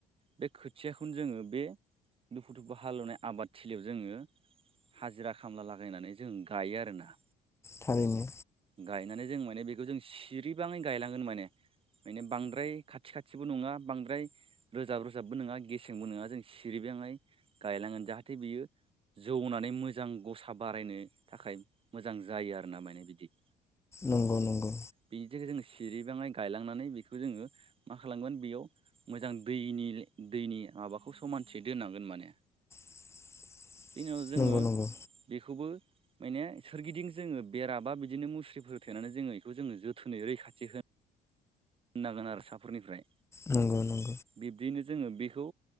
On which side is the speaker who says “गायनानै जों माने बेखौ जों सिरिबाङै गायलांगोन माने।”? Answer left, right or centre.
Right